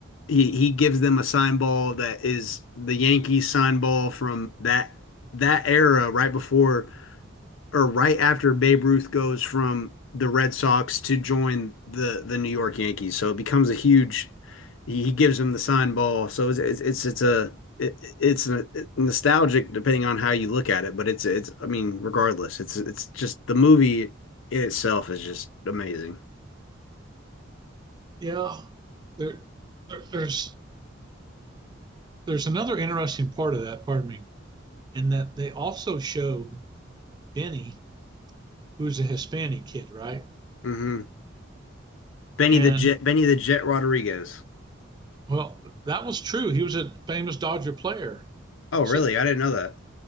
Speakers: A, on the left; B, on the right.
A: he he gives them a sign ball that is the Yankees sign ball from that that era right before or right after Babe Ruth goes from the Red Sox to join the the New York Yankees. So it becomes a huge he gives him the sign ball. So it's it's it's, it's a it, it's a, nostalgic depending on how you look at it, but it's it's I mean regardless, it's it's just the movie in itself is just amazing.
B: Yeah, there, there, there's there's another interesting part of that. Pardon me, in that they also show Benny, who's a Hispanic kid, right?
A: hmm Benny
B: And
A: the Jet, Benny the Jet Rodriguez.
B: Well, that was true. He was a famous Dodger player.
A: Oh, really?
B: So
A: I didn't know that.